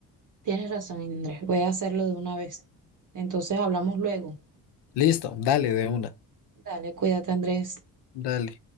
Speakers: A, on the right; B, on the left.
A: Tienes razón, Andrés, voy a hacerlo de una vez. Entonces hablamos luego.
B: Listo, dale de una.
A: Dale, cuídate, Andrés.
B: Dale.